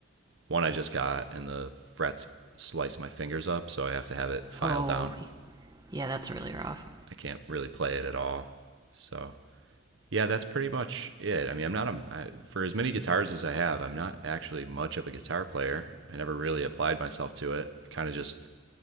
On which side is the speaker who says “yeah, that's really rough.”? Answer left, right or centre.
Right